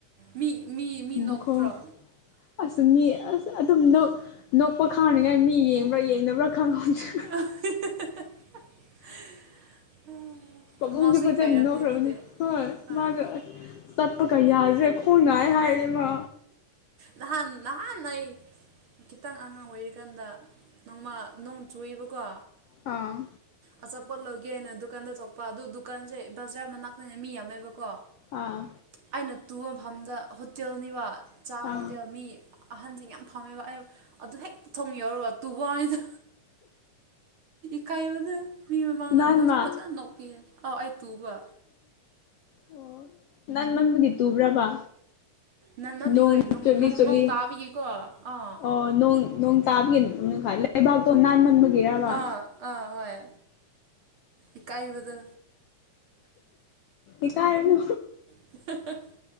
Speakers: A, on the right; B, on the left.
A: ꯃꯤ ꯃꯤ ꯃꯤ
B: ꯃꯈꯣꯡ
A: ꯅꯣꯛꯇ꯭ꯔꯣ
B: ꯑꯁ ꯃꯤ ꯑꯁ ꯑꯗꯨꯝ ꯅꯣꯛ ꯅꯣꯛꯄ ꯈꯪꯔꯤꯉꯥꯏ ꯃꯤ ꯌꯦꯡꯕ꯭ꯔꯥ ꯌꯦꯡꯅꯕ꯭ꯔꯥ ꯈꯪꯍꯧꯗ꯭ꯔꯦ꯫
A: <unintelligible>
B: ꯄꯥꯕꯨꯡꯁꯨ ꯐꯖꯅ
A: ꯏꯀꯥꯏꯔꯝꯅꯤ
B: ꯅꯣꯛꯈ꯭ꯔꯕꯅꯦ
A: ꯑꯗꯨꯗꯤ
B: ꯍꯣꯏ
A: ꯑꯥ
B: ꯃꯥꯁꯨ ꯑꯁ꯫ ꯇꯠꯄ ꯀ ꯌꯥꯗꯔꯦ ꯈꯣꯡꯅꯥꯏꯌꯦ ꯍꯥꯏꯔꯦ ꯃꯥ꯫
A: ꯅꯍꯥꯟ ꯅꯍꯥꯟ ꯑꯩ ꯈꯤꯇꯪ ꯑꯉꯥꯡ ꯑꯣꯏꯔꯤꯀꯥꯟꯗ ꯅꯣꯡꯃ ꯅꯣꯡ ꯆꯨꯏꯕꯀꯣ꯫
B: ꯑꯥ꯫
A: ꯑꯆꯥꯄꯣꯠ ꯂꯧꯒꯦꯅ ꯗꯨꯀꯥꯟꯗ ꯆꯠꯄ ꯑꯗꯨ ꯗꯨꯀꯥꯟꯁꯦ ꯕꯖꯥꯔ ꯃꯅꯥꯛꯇꯅꯦ ꯃꯤ ꯌꯥꯝꯃꯦꯕꯀꯣ꯫
B: ꯑꯥ꯫
A: ꯑꯩꯅ ꯇꯨꯕ ꯃꯐꯝꯗ ꯍꯣꯇꯦꯜꯅꯤꯕ ꯆꯥ
B: ꯑꯥ
A: ꯍꯣꯇꯦꯜ ꯃꯤ ꯑꯍꯟꯁꯤꯡ ꯌꯥꯝ ꯐꯝꯃꯦꯕ ꯑꯩ ꯑꯗꯨ ꯍꯦꯛꯇ ꯊꯣꯡ ꯌꯧꯔꯒ ꯇꯨꯕꯅꯤꯗ꯫ ꯏꯀꯥꯏꯕꯗꯨ ꯃꯤ ꯃꯃꯥꯡꯗ
B: ꯅꯥꯟ
A: ꯃꯣꯏꯁꯨ
B: ꯃꯥ
A: ꯐꯖꯅ ꯅꯣꯛꯄꯤꯌꯦ ꯑꯥꯎ ꯑꯩ ꯇꯨꯕ꯫
B: ꯑꯣ ꯅꯟꯃꯟꯕꯒꯤ ꯇꯨꯕ꯭ꯔꯕ꯫
A: ꯅꯟꯃꯟꯕꯒꯤ
B: ꯅꯣꯡ
A: ꯍꯣꯏ
B: ꯆꯨꯞꯂꯤ
A: ꯅꯣꯡ
B: ꯆꯨꯞꯂꯤ
A: ꯅꯣꯡ ꯇꯥꯕꯒꯤꯀꯣ ꯑꯥ꯫
B: ꯑꯣ ꯅꯣꯡ ꯅꯣꯡ ꯇꯥꯕꯒꯤ ꯂꯩꯕꯥꯛꯇꯣ ꯅꯥꯟꯃꯟꯕꯒꯤꯔꯕ꯫
A: ꯑꯥ ꯑꯥ ꯍꯣꯏ ꯏꯀꯥꯏꯕꯗꯨ꯫
B: ꯏꯀꯥꯏꯔꯨꯅꯨ꯫
A: <unintelligible>